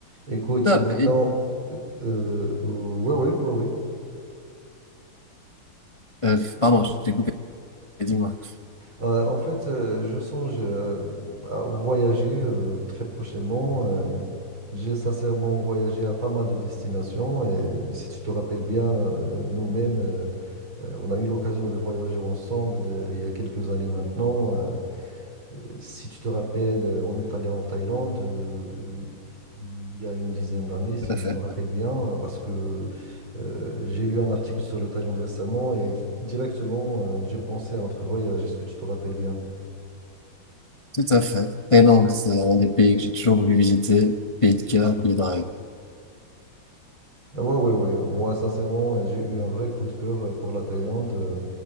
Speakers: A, on the right (about 70°); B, on the left (about 45°).
A: Écoute,
B: Top.
A: maintenant,
B: Et,
A: euh, euh, ouais, ouais, ouais, ouais.
B: euh, pardon, je t'ai coupé, dis-moi.
A: Euh, en fait, euh, je songe euh, à voyager euh, très prochainement. Euh, j'ai sincèrement voyagé à pas mal de destinations et si tu te rappelles bien, euh, nous-mêmes, euh, euh, on a eu l'occasion de voyager ensemble euh, il y a quelques années maintenant. euh, Euh, Si tu te rappelles, euh, on est allé en Thaïlande euh, euh, il y a une dizaine d'années, si
B: Tout à fait.
A: je me rappelle bien, parce que euh, j'ai lu un article sur le Thaïlande récemment et directement, euh, j'ai pensé à notre voyage. Est-ce que tu te rappelles bien?
B: Tout à fait. Thaïlande, c'est un des pays que j'ai toujours voulu visiter. Pays de cœur, pays de rêve.
A: Ah Ouais, ouais, ouais. Moi, sincèrement, euh, j'ai eu un vrai coup de cœur euh, pour la Thaïlande, euh,